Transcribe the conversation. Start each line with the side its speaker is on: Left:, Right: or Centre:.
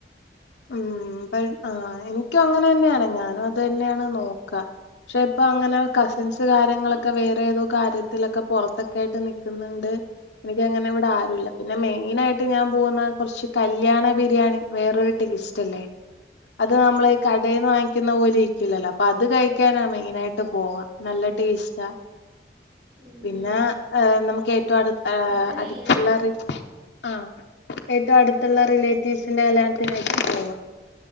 Left: ഉം ആ എനിക്കും അങ്ങനെ തന്നെയാണ് ഞാനും അത് തന്നെയാണ് നോക്ക പക്ഷെ ഇപ്പൊ അങ്ങനെ കസിൻസ് കാര്യങ്ങളൊക്കെ ക്കെ വേറെ ഏതോ കാര്യത്തിലൊക്കെ പുറത്തൊക്കെ ആയിട്ട് നിക്കുന്നുണ്ട് എനിക്ക അങ്ങനെവിടെ ആരുല്ല പിന്നെ മെയിനായിട്ട് ട്ട് ഞാൻ പോകുന്ന കുറച്ച് കല്യാണ ബിരിയാണി വേറൊരു ടേസ്റ്റല്ലേ അത് നമ്മളെ കടേന്ന് വാങ്ങി ക്കുന്ന പോലെ ഇരിക്കൂലലല്ലോ അപ്പൊ അത് കഴിക്കാനാ മെയിനായിട്ട് പോവാ നല്ല ടേസ്റ്റ
Right: ഉം
Left: പിന്നെ ഏ നമുക്കേ റ്റവും അടു
Right: ഫുഡ്
Left: അടുത്തുള്ളോര്
Right: മെയിൻ ആണല്ലോ
Left: ആ ഏറ്റവും അടുത്തുള്ള
Right: അതെ
Left: റിലേറ്റീവ്സിന്റെ കല്യാണ ആയിട്ടും പോവാ